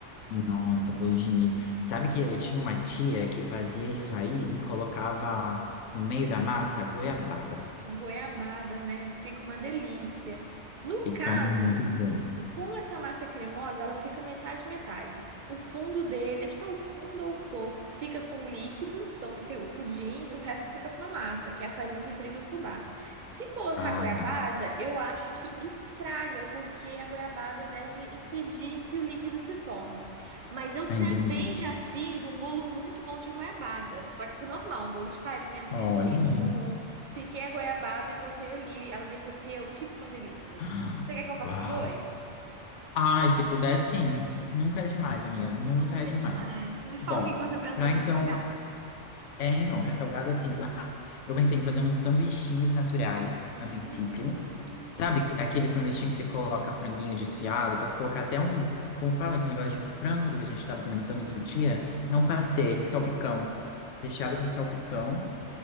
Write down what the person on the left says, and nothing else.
Nossa, bolo de milho. Sabe que eu tinha uma tia que fazia isso aí e colocava no meio da massa goiabada.
Fica
muito bom.
Ah,
tá.
Entendi.
Olha.
aí.
<gasps>
Uau!
Ai, se puder, sim. Nunca é demais, amiga. Nunca
é demais.
Bom,
pra
então.
É, então, pra salgado, assim, uau! Eu pensei em fazer uns sanduichinhos naturais, a princípio.
Sabe c- aquele sanduichinho que você coloca franguinho desfiado? Posso colocar até um. Como fala aquele negócio de frango que a gente tava comentando outro dia? Não patê, salpicão. Recheado com salpicão